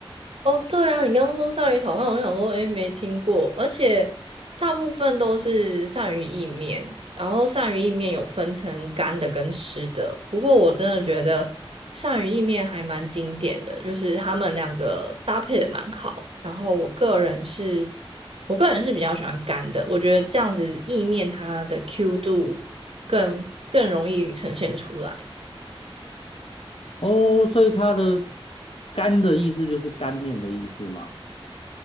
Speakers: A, on the right; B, on the left.
A: 哦，对啊，你刚刚说鳝鱼炒饭，我就想说，诶，没听过，而且大部分都是鳝鱼意面，然后鳝鱼意面有分成干的跟湿的。不过我真的觉得鳝鱼意面还蛮经典的，就是他们两个搭配的蛮好。然后我个人是，我个人是比较喜欢干的，我觉得这样子意面它的 Q 度更更容易呈现出来。
B: 哦，所以它的干的意思就是干面的意思嘛。